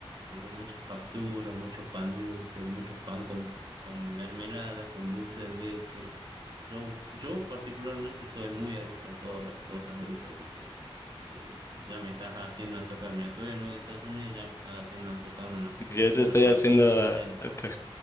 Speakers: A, on the right; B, on the left.
A: comer muchas facturas, mucho pan dulce, mucho pan con, con mermelada, con dulce de leche. Yo, yo particularmente soy muy adicto a todas las cosas dulces, así que eh, ya me estás haciendo antojar, mira, todavía no desayuné, ya me estás haciendo antojar una,
B: Ya te
A: unas
B: estoy
A: facturas
B: haciendo
A: rellenas.
B: a, a tu-